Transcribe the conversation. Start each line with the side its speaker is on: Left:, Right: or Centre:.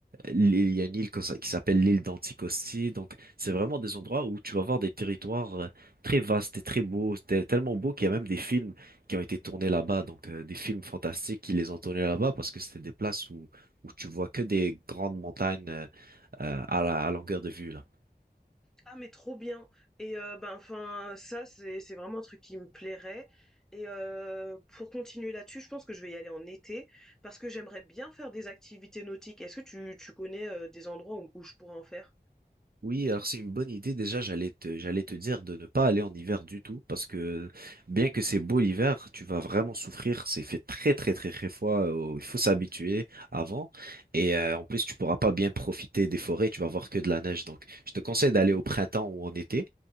Right: l'île- Il y a une île que ça- qui s'appelle l'île d'Anticosti. Donc, c'est vraiment des endroits où tu vas voir des territoires euh, très vastes et très beaux. C'était tellement beau qu'il y a même des films qui ont été tournés là-bas. Donc, euh, des films fantastiques qui les ont tournés là-bas parce que c'était des places où, où tu vois que des grandes montagnes euh, euh, à la, à longueur de vue, là.
Centre: Ah mais trop bien et heu, ben, enfin, ça c'est c'est vraiment un truc qui me plairait et heu, pour continuer là-dessus, je pense que je vais y aller en été parce que j'aimerais bien faire des activités nautiques. Est-ce que tu tu connais, heu, des endroits où où je pourrais en faire?
Right: Oui, alors c'est une bonne idée. Déjà, j'allais te, j'allais te dire de ne pas aller en hiver du tout, parce que bien que c'est beau l'hiver, tu vas vraiment souffrir. C'est fait très très très très froid. euh, Il faut s'habituer avant. Et euh, en plus, tu pourras pas bien profiter des forêts. Tu vas voir que de la neige. Donc, je te conseille d'aller
Centre: Mmh
Right: au printemps ou en été.